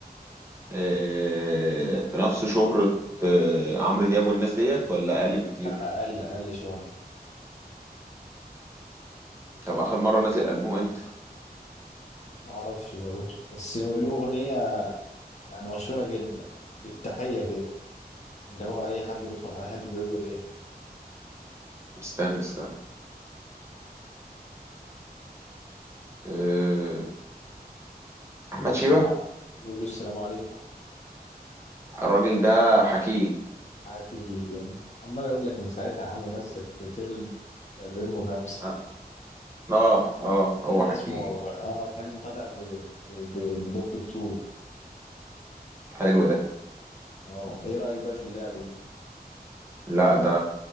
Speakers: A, on the right (about 15°); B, on the left (about 45°).
A: آه في نفس شهرة آه عمرو دياب والناس ديت ولا اقل بكتير
B: لا أقل أقل شوية
A: طب اخر مرة نزل البوم امتى
B: ما أعرفش برضه بس له أغنية يعني مشهورة جدا بالتحية كده اللي هو أي حد بيدخل على حد بيقول له إيه
A: استنى استنى آه
B: بيقول
A: احمد
B: له السلام
A: شيبة
B: عليكم بيقول له السلام عليكم
A: الراجل ده حكيه
B: حكي عمال أقول لك من ساعتها يا عم مثل في فيلم في 2005
A: اه اه آه، هو
B: كان
A: حكيه
B: اسمه آه كان طالع ب- ب- بدور دكتور
A: حلو ده
B: آه إيه رأيك بقى في اللعبة دي؟
A: لا ده